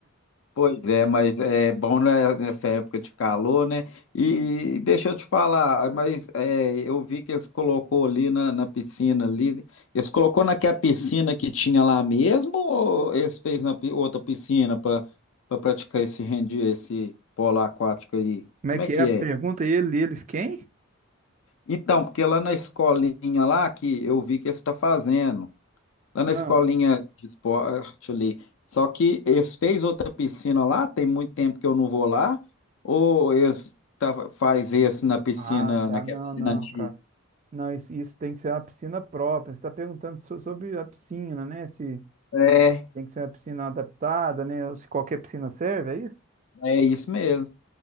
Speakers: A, on the left; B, on the right.
A: Pois é, mas é bom né, nessa época de calor, né? E deixa eu te falar, mas é, eu vi que eles colocou ali na, na piscina ali, eles colocou naquela piscina que tinha lá mesmo ou eles fez na pi- outra piscina para para praticar esse rendi, esse polo aquático aí?
B: Como
A: Como
B: é que
A: é que
B: é a pergunta?
A: é?
B: Ele, eles quem?
A: Então, porque lá na escolinha lá que eu vi que eles está fazendo lá na
B: Ah,
A: escolinha de esporte ali. Só que eles fez outra piscina lá, tem muito tempo que eu não vou lá, ou eles tava, faz esse na piscina,
B: ah, tá,
A: naquela
B: não,
A: piscina
B: não,
A: antiga?
B: cara. Não, isso, isso tem que ser uma piscina própria. Você está perguntando so- sobre a piscina, né? Se
A: É,
B: tem que ser uma piscina adaptada, né? Ou se qualquer piscina serve, é isso?
A: é isso mesmo.